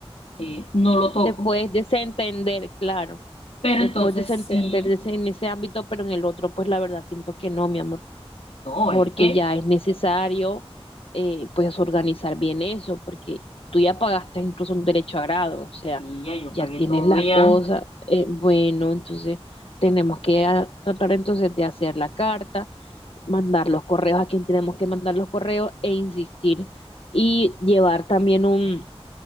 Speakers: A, on the left (about 85°); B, on the left (about 65°).
A: eh, no lo toco,
B: te puedes desentender, claro,
A: pero
B: te
A: entonces
B: puedes desentender
A: sí,
B: de ese- en ese ámbito, pero en el otro, pues la verdad siento que no, mi amor,
A: no,
B: porque
A: es que
B: ya es necesario, eh, pues organizar bien eso, porque tú ya pagaste incluso un derecho a grado, o sea,
A: sí, ya yo
B: ya
A: pagué
B: tienes
A: todo
B: las
A: ya,
B: cosas, eh, bueno, entonces tenemos que ah, tratar entonces de hacer la carta, mandar los correos a quien tenemos que mandar los correos e insistir y llevar también un